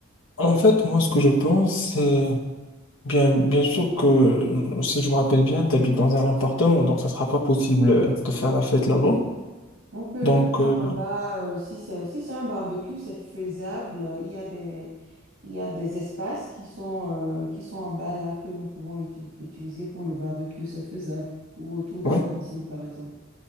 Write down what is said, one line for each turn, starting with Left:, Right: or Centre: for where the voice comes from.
Left: En fait, moi, ce que je pense, c'est... Bien, bien sûr que, euh, si je me rappelle bien, tu habites dans un appartement, donc ça sera pas possible euh, de faire la fête là-bas.
Right: On peut
Left: Donc,
Right: le faire
Left: euh,
Right: en bas, euh, si c'est si c'est un barbecue, c'est faisable. Il y a des, il y a des espaces qui sont, euh, qui sont en bas là que nous pouvons utu- utiliser pour le barbecue, c'est faisable. Ou autour de
Left: ouais.
Right: la piscine, par exemple.